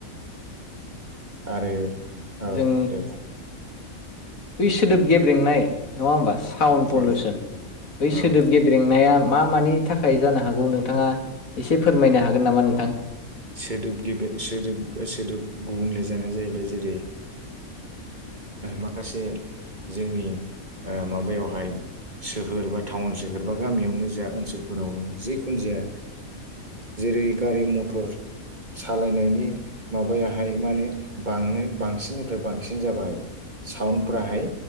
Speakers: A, on the right; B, on the left.
A: आरो औ
B: जों
A: दे बुं
B: बै सोदोब गेब्रेंनाय नङा होमबा साउन्ड पलिउसन
A: औ
B: बै सोदोब
A: औ
B: गेब्रेंनाया मा मानि थाखाय जानो हागौ नोंथाङा एसे फोरमायनो हागोन नामा नोंथां
A: सोदोब गेबें सोदोब सोदोब गुबुंले जानाया जाहैबाय जेरै माखासे जोंनि माबायावहाय सोहोर बा टाउन सोहोर बा गामियावनो जा ओनसोलफोरावनो जिखुनु जाया जेरै गारि मथर सालायनायनि माबायाहाय माने बां बांसिननिफ्राय बांसिन जाबाय साउन्डफ्राहाय